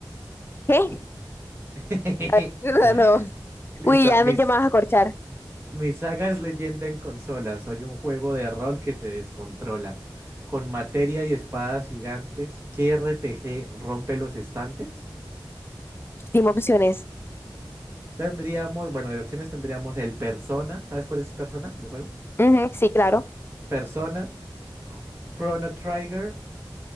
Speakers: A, on the left; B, on the right.
A: ¿Qué?
B: <laughs>
A: A ver, <laughs> no, no.
B: Listo,
A: Uy, ya
B: mis,
A: me llamabas a corchar.
B: Mi saga es leyenda en consola. Soy un juego de rol que te descontrola. Con materia y espadas gigantes, ¿qué RPG rompe los estantes?
A: Dime opciones.
B: Tendríamos, bueno, de opciones tendríamos el Persona. ¿Sabes cuál es Persona, el juego?
A: Ujú, sí, claro.
B: Persona, Chrono Trigger,